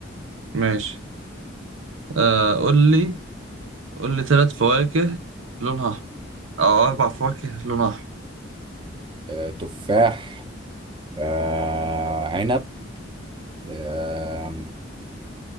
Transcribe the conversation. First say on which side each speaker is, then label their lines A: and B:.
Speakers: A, on the right; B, on the right.
A: ماشي آه قول لي قول لي ثلاث فواكه لونها احمر او اربع فواكه لونها احمر
B: آه، تفاح آه، عنب آه،